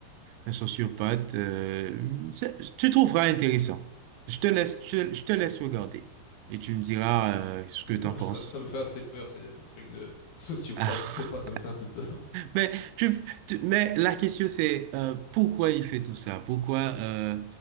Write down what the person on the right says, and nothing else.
un sociopathe. euh, c'est- tu trouveras intéressant. Je te laisse, je te, je te laisse regarder et tu me diras euh, ce que
t'en penses.
Ah.
Mais, tu, tu- mais la question c'est euh, pourquoi il fait tout ça? Pourquoi euh,